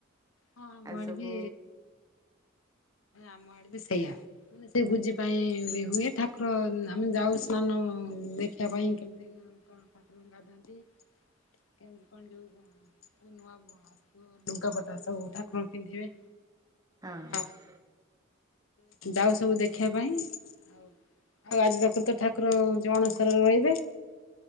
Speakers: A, on the left (about 80°); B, on the right (about 20°).
A: ହଁ ଆମ
B: ଆଜି
A: ଆଡେ
B: ସବୁ
A: ବି ଆମ ଆଡେ ବି ସେଇଆା। ମାନେ ସେ ଭୋଜି ପାଇଁ ବି ହୁଏ ଠାକୁର ଆମେ ଯାଉ ସ୍ନାନ ଦେଖିବା ପାଇଁ କେମିତି, କଣ ଗାଧାନ୍ତି। କେମିତି କଣ ଯୋଉ ନୂଆ ବୁ ଲୁଗାପଟ ତା ସବୁ ଠାକୁରଙ୍କୁ ପିନ୍ଧିବେ।
B: ହଁ
A: ଆଉ ଯାଉ ସବୁ ଦେଖିବା ପାଇଁ। ଆଉ ଆଉ ଆଜି ପାଖରୁ ଠାକୁର ଜ ଅଣସରରେ ରହିବେ।